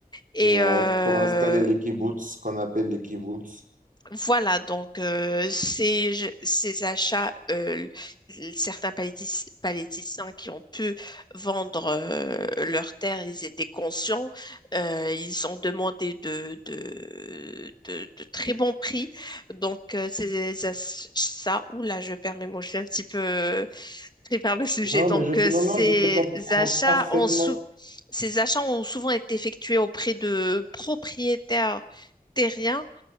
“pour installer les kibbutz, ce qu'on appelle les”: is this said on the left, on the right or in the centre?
Right